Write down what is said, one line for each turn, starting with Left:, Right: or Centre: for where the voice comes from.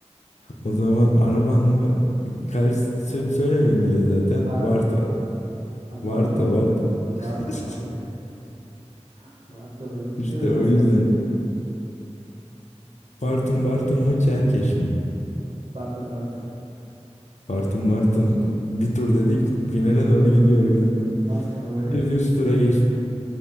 Left: O zaman araban mı? Karşısını söylemeyeyim bile zaten.
Right: Araban
Left: Varto.
Right: araban. Abi
Left: Varto.
Right: Bartu mu?
Left: Varto.
Right: Bartu
Left: <laughs>
Right: abi. <laughs> Bartu bak beklemedim
Left: İşte o
Right: az
Left: yüzden.
Right: kalsın gidiyordu.
Left: Bartın Bartın mı? Çerkeş mi?
Right: Bartın Bartın.
Left: Bartın Bartın. Bir tur dedik. Finale
Right: İki
Left: doğru gidiyor galiba.
Right: <laughs> az kaldı
Left: Bir
Right: bekle.
Left: de üst tura geçtik.